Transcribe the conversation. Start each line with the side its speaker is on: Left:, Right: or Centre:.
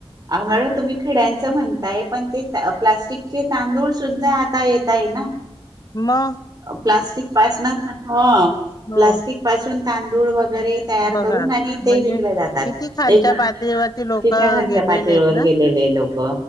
Right: हा मॅडम तुम्ही खड्यांचं म्हणताय पण ते प्लास्टिकचे तांदूळ सुद्धा आता येत आहे ना.
Left: म.
Right: प्लास्टिक पासनच हो
Left: हो
Right: प्लास्टिक पासून तांदूळ वगैरे तयार
Left: बघा
Right: करून आणि ते
Left: म्हणजे
Right: विकले जातात
Left: किती खालच्या
Right: ए
Left: पातळीवरती लोक
Right: तिच्या घरच्या
Left: गेलेले
Right: पातळीवर
Left: आहेत ना
Right: गेलेले लोक.